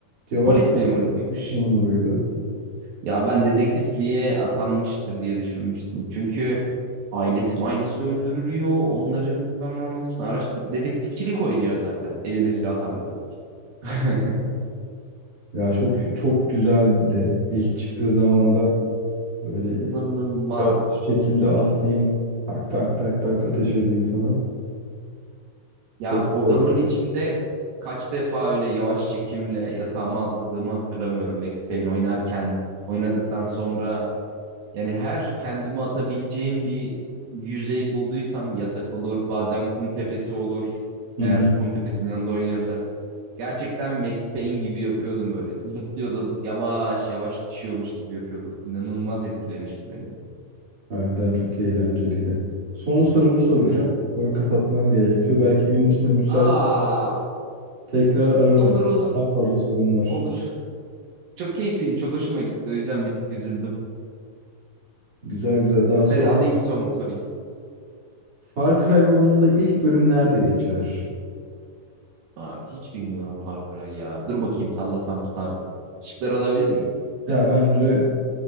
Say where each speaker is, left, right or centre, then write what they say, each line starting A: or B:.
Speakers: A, on the right (about 30°); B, on the right (about 70°).
A: cevap
B: Polis memuru muymuş?
A: polis memuruydu.
B: Ya ben dedektifliğe atanmıştır diye düşünmüştüm. Çünkü ailesi mailesi öldürülüyor. Onların intikamını almak için araştır. Dedektifçilik oynuyor zaten. Eline silah tarladı. <laughs>
A: Ya çok çok güzeldi. İlk çıktığı zaman da böyle
B: İnanılmaz.
A: Yavaş çekimde atlayayım. Tak tak tak tak ateş edeyim falan.
B: Ya
A: Çok
B: odamın
A: güzel.
B: içinde kaç defa öyle yavaş çekimle yatağıma atladığımı hatırlamıyorum. Max Payne oynarken, oynadıktan sonra Yani her kendimi atabileceğim bir yüzey bulduysam yatak olur, bazen kum tepesi olur.
A: Hı
B: Eğer
A: hı.
B: kum tepesinin yanında oynuyorsak. Gerçekten Max Payne gibi yapıyordum böyle. Zıplıyordum, yavaş yavaş düşüyormuş gibi yapıyordum. İnanılmaz etkilemişti beni.
A: Harbiden çok eğlenceliydi. Son sorumu soracağım.
B: Evet.
A: Sonra kapatmam gerekiyor. Belki gün içinde müsait
B: Aa,
A: tekrar ararım.
B: olur olur.
A: Çok fazla sorum var.
B: Olur. Çok keyifliymiş, çok hoşuma gitti. O yüzden bir tık üzüldüm.
A: Güzel güzel daha soru.
B: Hadi alayım son soruyu.
A: Far Cry oyununda ilk bölüm nerede geçer?
B: Abi hiç bilmiyorum Far Cry ya. Dur bakayım sallasam tutarım. Şıkları alabilir miyim?
A: Ya bence